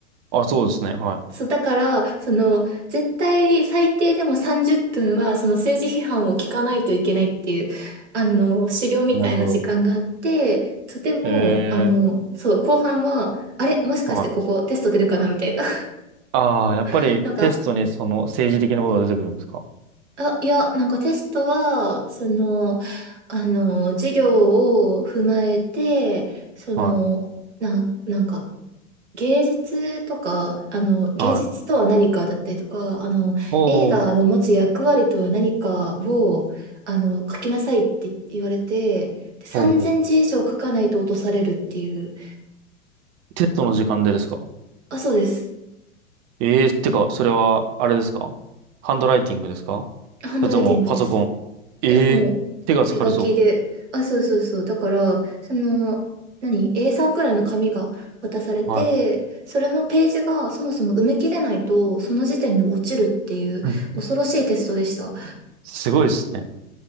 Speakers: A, on the right; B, on the right.
A: あ、そうですね。は
B: そう、だから、その、絶対最低でも30分は、その政治批判を聞かないといけないっていう、あの、修行みたいな時間があって、
A: い。なるほど。
B: そう、でも、
A: ええ
B: あの、そう、後半は、あれ、もしかしてここテスト出るかなみたいな。
A: ー、はい。ああ、やっぱりテストにその政治的なことが出てくるんですか
B: <laughs> なんか、あ、いや、なんかテストは、その、あの、授業を踏まえて、その、
A: は
B: な、なんか、芸術とか、あの、芸術とは何かだったりとか、
A: い。はい。
B: あの、
A: おー、
B: 映画の持つ役割とは何かを、あの、書きなさいって言われて、で、3000字以上書かないと落とされるっていう。
A: ほうほう。テストの時間でですか
B: あ、そうです。
A: ええー、ってか、それは、あれですかハンドライティングですか
B: ハンドライティングです。
A: それともパソコン。ええー、
B: いや、もう、
A: 手が疲れそ
B: 手書きで。あ、そうそうそう。だから、その、何 ?A3 くらいの紙が渡されて、
A: う。は
B: それのページがそもそも埋め切れないと、その時点で落ちるっていう恐ろしいテストでした。
A: い。<laughs> すごいですね。